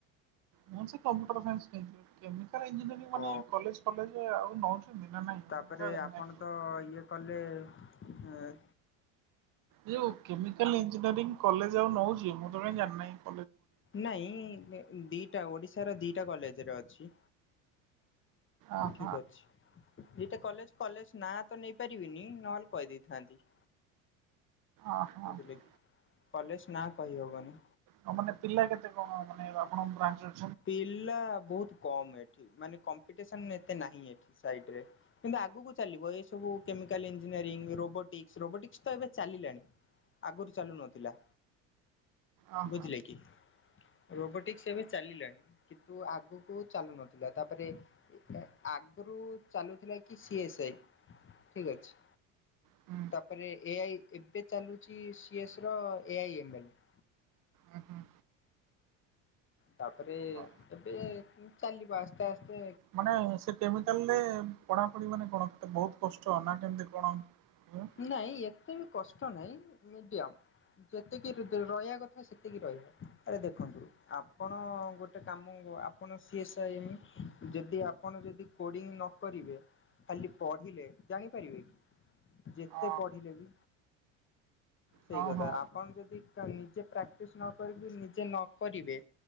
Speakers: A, on the right; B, on the left.
A: ମୁଁ ସେ କମ୍ପ୍ୟୁଟର ସାଇନ୍ସ ନେଇଥିଲି। କେମିକାଲ ଇଞ୍ଜିନିୟରିଂ ମାନେ
B: ଓ
A: କଲେଜ ଫଲେଜ ଆଉ ନଉଛନ୍ତି ନା ନାଇଁ?
B: ତାପରେ
A: ମୁଁ ତ ଜାଣିନି
B: ଆପଣ
A: ଏ
B: ତ ଇଏ କଲେ। ଏଁ
A: ଯୋଉ କେମିକାଲ ଇଞ୍ଜିନିୟରିଂ କଲେଜ ଆଉ ନଉଚି ମୁଁ ତ କାଇଁ ଜାଣିନାଇଁ।
B: ନାଇଁ ଦିଟା ଓଡ଼ିଶାର ଦିଟା କଲେଜରେ ଅଛି।
A: ଅହ
B: ଠିକି ଅଛି। ଦିଟା କଲେଜ, କଲେଜ ନାଁ ତ ନେଇ ପାରିବିନି, ନହେଲେ କହିଦେଇଥାନ୍ତି।
A: ଅହ
B: ବୁଝିଲେ?
A: ଆଉ
B: କଲେଜ ନା କହିହବନି।
A: ଆଉ ମାନେ ପିଲା କେତେ କଣ ମାନେ ଆପଣଙ୍କ ବ୍ରାଞ୍ଚର?
B: ପିଲା ବହୁତ କମ୍ ଏଠି। ମାନେ କମ୍ପିଟେସନ ଏତେ ନାହିଁ ଏଠି ସାଇଟିରେ। କିନ୍ତୁ ଆଗକୁ ଚାଲିବ। ଏ ସବୁ କେମିକାଲ ଇଞ୍ଜିନିୟରିଂ, ରୋବୋଟିକ୍ସ, ରୋବୋଟିକ୍ସ ତ ଏବେ ଚାଲିଲାଣି। ଆଗରୁ ଚାଲୁ ନଥିଲା।
A: ଅହ
B: ବୁଝିଲେ କି ରୋବଟିକ୍ସ ଏବେ ଚାଲିଲାଣି। କିନ୍ତୁ ଆଗକୁ ଚାଲୁ ନଥିଲା ତା ପରେ ଆଗରୁ ଚାଲୁଥିଲା କି ସିଏସ୍ଆଇ ଠିକ୍ ଅଛି।
A: ହୁଁ
B: ତାପରେ ଏଆଇ ଏବେ ଚାଲୁଚି ସି ଏସ ର ଏ ଆଇ ଏମ ଏଲ।
A: ଆ ହୁଁ।
B: ତାପରେ
A: ହଁ।
B: ଏବେ ଚାଲିବ ଆସ୍ତେଆସ୍ତେ।
A: ମାନେ ସେ କେମିକାଲ କେତେ ପଢ଼ାପଢ଼ି ମାନେ କଣ କେତେ ବହୁତ କଷ୍ଟ ନା କେମିତି କଣ ଉଁ?
B: ନାଇଁ ଏତେ ବି କଷ୍ଟ ନାଇଁ ମିଡିୟମ। ଯେତିକି ରୟା ରହିବା କଥା ସେତିକି ରହିବ ଆରେ ଦେଖନ୍ତୁ। ଆପଣ ଗୋଟେ କାମୁ ଆପଣ ସିଏ ସଇନି ଯଦି ଆପଣ ଯଦି କୋଡ଼ିଙ୍ଗ ନ କରିବେ ଖାଲି ପଢ଼ିଲେ ଜାଣିପାରିବେ କି? ଯେତେ
A: ଅ
B: ପଢ଼ିଲେ ବି ସେଇ
A: ହଁ
B: କଥା
A: ହଁ
B: ଆ କଣ ଯଦି ନିଜେ ପ୍ରାକ୍ଟିସ୍ ନ କରିକି ନିଜେ ନ କରିବେ